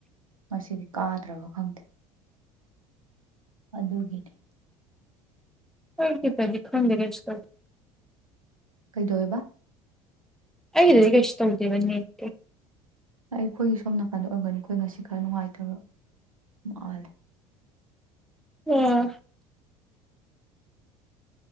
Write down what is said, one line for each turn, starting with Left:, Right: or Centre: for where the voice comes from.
Right: ꯉꯁꯤꯗꯤ ꯇꯥꯗ꯭ꯔꯕꯣ ꯈꯪꯗꯦ ꯑꯗꯨꯒꯤꯅꯦ
Centre: ꯍꯥꯏ ꯇꯕꯤ ꯈꯪꯗꯔꯦ ꯀꯩꯁ ꯇꯧꯗꯦ
Right: ꯀꯩꯗꯧꯋꯦꯕ
Centre: ꯑꯩꯒꯤ ꯗꯗꯤ ꯀꯩꯁꯨ ꯇꯧꯗꯦꯕ ꯅꯦꯠ ꯇꯤ
Right: ꯑꯩ ꯑꯩꯈꯣꯏꯒꯤ ꯁꯣꯝ ꯅꯥꯀꯟꯗ ꯑꯣꯏꯔꯝꯒꯅꯤ ꯑꯩꯈꯣꯏ ꯉꯁꯤ ꯈꯔ ꯅꯨꯡꯉꯥꯏꯇꯕ ꯃꯥꯂꯦ
Centre: ꯎꯝ